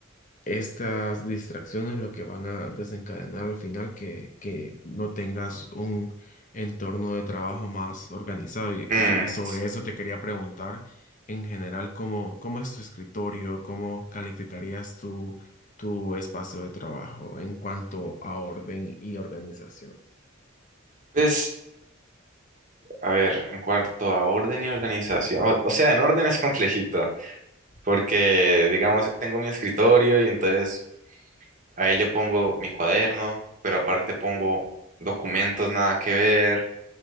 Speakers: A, on the left (about 35°); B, on the right (about 35°).
A: estas distracciones lo que van a desencadenar al final que, que no tengas un entorno de trabajo más organizado y,
B: Mm,
A: y- y sobre eso te quería preguntar en general cómo, cómo es tu escritorio, cómo calificarías tu, tu espacio de trabajo en cuanto a orden y organización.
B: pues, a ver, en cuanto a orden y organización, o, o sea, en orden es complejito, porque, digamos, tengo mi escritorio y entonces ahí yo pongo mi cuaderno, pero aparte pongo documentos nada que ver